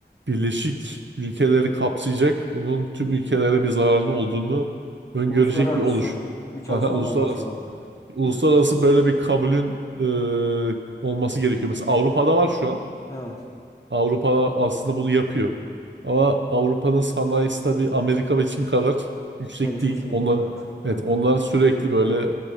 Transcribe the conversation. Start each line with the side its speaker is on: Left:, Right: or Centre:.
Right: birleşik ülkeleri kapsayacak bunun tüm
Left: Hı hı.
Right: ülkelere bir zararının olduğunu öngörecek
Left: Uluslararası
Right: bir oluş.
Left: bir çalışma
Right: Aha, uluslararası
Left: mı olması lazım
Right: Uluslararası
Left: diyorsun.
Right: böyle bir kabulün e, olması gerekiyor. Mesela Avrupa'da var şu an.
Left: Evet.
Right: Avrupa aslında bunu yapıyor. Ama Avrupa'nın sanayisi tabii Amerika ve Çin kadar yüksek
Left: Gelişmiş
Right: değil.
Left: değil.
Right: Onlar,
Left: Evet.
Right: evet,
Left: Hı hı.
Right: onlar sürekli böyle